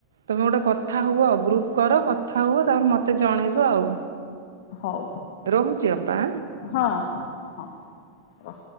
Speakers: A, on the right; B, on the left.
A: ତମେ ଗୋଟେ କଥା ହୁଅ ଗ୍ରୁପ କର କଥା ହୁଅ ତାପରେ ମତେ ଜଣେଇବ ଆଉ।
B: ହଉ
A: ରହୁଛି ଅପା।
B: ହଁ ହଁ। ହଁ। ରଖ।